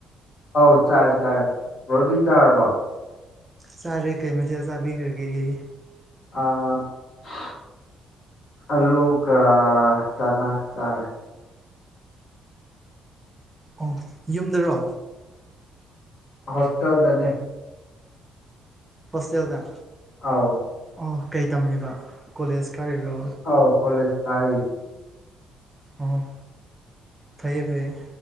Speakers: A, on the left; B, on the right.
A: ꯑꯧ ꯆꯥꯔꯦ ꯆꯥꯔꯦ ꯕ꯭ꯔꯣ ꯍꯣꯏꯗꯤ ꯆꯥꯔꯕꯣ
B: ꯆꯥꯔꯦ ꯀꯩ ꯃꯊꯦꯜ ꯆꯥꯕꯤꯈ꯭ꯔꯒꯦ
A: ꯑꯥ <unintelligible> ꯑꯜꯂꯨꯒ ꯆꯅꯥ ꯆꯥꯔꯦ
B: ꯑꯣ ꯌꯨꯝꯗꯔꯣ
A: ꯍꯣꯁꯇꯦꯜꯗꯅꯦ
B: ꯍꯣꯁꯇꯦꯜꯗ
A: ꯑꯥꯎ
B: ꯑꯣ ꯀꯩ ꯇꯝꯃꯤꯕ ꯀꯣꯂꯦꯖ ꯀꯥꯔꯤꯔꯣ
A: ꯑꯥꯎ ꯀꯣꯂꯦꯖ ꯀꯥꯔꯤ
B: ꯑꯣ ꯐꯩꯌꯦ ꯐꯩꯌꯦ